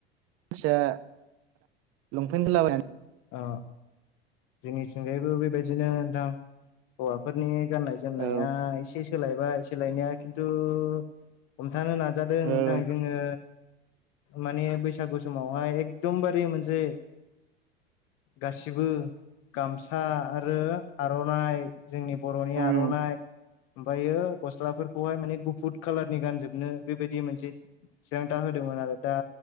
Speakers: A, on the right; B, on the left.
A: मानसिया लंपेन्ट गानलाबायनानै
B: ओ जोंनिथिंगायैबो बेबायदिनो नोंथां हौवाफोरनि गाननाय जोमनाया
A: औ
B: एसे सोलायबाय सोलायनाया खिन्थु हम थानो नाजादों
A: औ
B: नोंथां जोङो माने बैसागु समावहाय एकदमबारे मोनसे गासिबो गामसा आरो आर'नाइ जोंनि बर'नि
A: उम
B: आर'नाइ ओमफ्रायो गस्लाफोरखौहाय माने गुफुर कालारनि गानजोबनो बेबायदि मोनसे थिरांथा होदोंमोन आरो दा